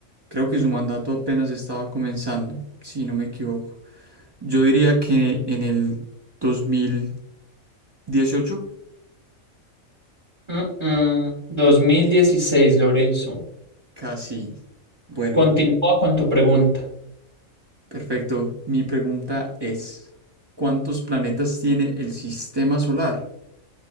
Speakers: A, on the right (about 45°); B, on the right (about 20°).
A: creo que su mandato apenas estaba comenzando, si no me equivoco. Yo diría que en el dos mil dieciocho,
B: Mm, mm, dos mil dieciséis, Lorenzo.
A: casi. Bueno,
B: Continúa con tu pregunta.
A: perfecto. Mi pregunta es, ¿cuántos planetas tiene el sistema solar?